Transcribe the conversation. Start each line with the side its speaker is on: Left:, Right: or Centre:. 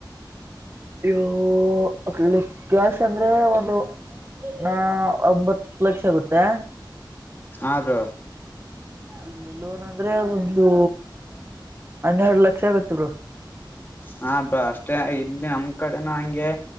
Right: ಇವು ಅಲ್ಲಿ ಕ್ಯಾಶ ಅಂದ್ರೆ ಒಂದು ನ ಒಂಬತ್. ಹ ಲಕ್ಷ ಆಗುತ್ತೆ.
Left: ಹಾ ಬ್ರೋ
Right: ಅಲ್ಲ ಲೋನ್ ಅಂದ್ರೆ ಒಂದು ಹನ್ನೆರಡು ಲಕ್ಷ ಆಗತ್ತ ಬ್ರೋ.
Left: ಹಾ ಬ್ರೋ ಅಷ್ಟೇ ಐತಿ ಅಮೌ ಕಡೆನ ಹಂಗೆ